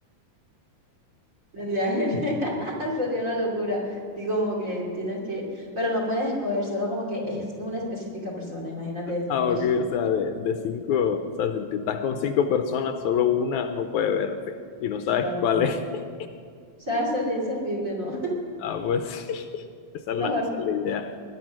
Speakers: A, on the right (about 25°); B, on the left (about 75°).
A: <laughs> Sería, gen- <laughs> sería una locura. Digo, como que tienes que, pero no puedes escoger solo como que es una específica persona, imagínate eso.
B: Ah,
A: Uy,
B: ok, o sea, de, de cinco, o sea, si te estás con cinco personas, solo una no puede verte y no
A: exacto.
B: sabes cuál es.
A: O
B: <laughs>
A: sea, sería inservible, ¿no?
B: Ah, pues sí, <laughs> esa
A: Mejor,
B: es la, esa es la idea.